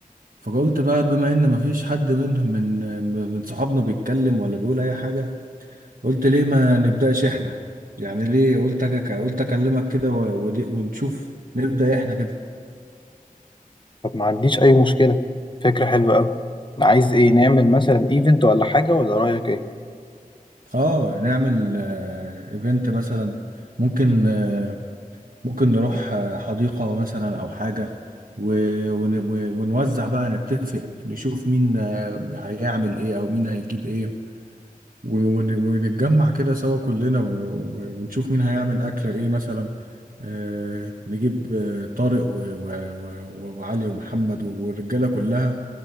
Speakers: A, on the right (about 75°); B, on the left (about 35°).
A: فقلت بقى بما ان مفيش حد منهم من من صحابنا بيتكلم ولا بيقول اي حاجه قلت ليه ما نبداش احنا يعني ليه قلت أجي أك- قلت اكلمك كده و- ود- ونشوف نبدا احنا كده
B: طب ما عنديش اي مشكله فكره حلوه قوي عايز ايه نعمل مثلا ايفنت ولا حاجه ولا رايك ايه
A: اه نعمل آه، ايفنت مثلا ممكن آه، ممكن نروح آه، حديقه مثلا او حاجه و- ون- و- ونوزع بقى نتفق نشوف مين آه، هيعمل ايه او مين هيجيب ايه و- ون- ونتجمع كده سوا كلنا ون- ونشوف مين هيعمل أكل إيه مثلا آه، نجيب آه، طارق و- و- و- وعلي ومحمد والرجالة كلها